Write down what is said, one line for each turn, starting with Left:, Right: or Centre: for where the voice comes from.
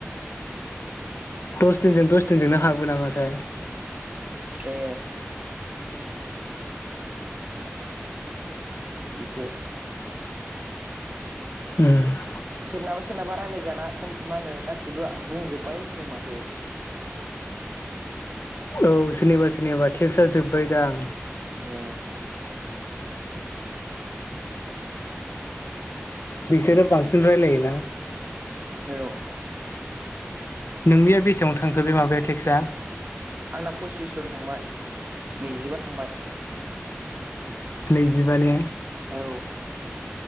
Left: दस दिनजों दस दिनजोंनो हाबो नामाथाय?
Right: ए बिदिसो
Left: ओम
Right: सोरनाबा सोरनाबा रायल्लायजाना ख मा होनो गासिबो बुंजोबबाय होन्दों माथो।
Left: औ सोरनिबा सोरनिबा टेक्स्टआ जोब्बायदां।
Right: ए
Left: बिसोरो बांसिन रायलायो ना <unintelligible>
Right: औ
Left: नोंनिया बेसेबां थांखो बे माबाया टेक्सआ?
Right: आंना फसिसजन थांबाय नैजिबा थांबाय?
Left: नैजिबा ने
Right: औ